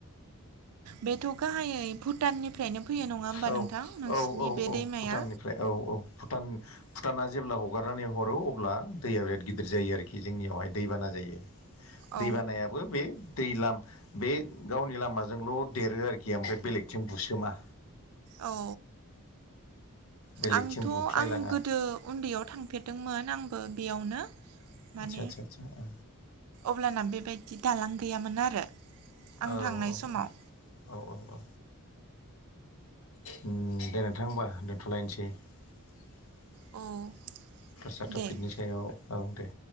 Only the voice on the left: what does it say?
औ
औ औ
औ
भुटाननिफ्राय औ औ भुटान भुटाना जेब्ला हगारनानै हरो अब्ला दैया बिराद गिदिर जायो आरोखि जोंनियावहाय दैबाना जायो।
दैबानायाबो बे दै लाम बे गावनि लामाजोंल' देरो आरोखि ओमफ्राय बेलेगथिं बुसोमा।
बेलेगथिं
बुख्लायलाङा
आदसा आदसा आदसा
औ औ
औ
औ औ औ उम दे नोंथां होमबा दोनथ'लायनोसै। <unintelligible>
सायाव औ दे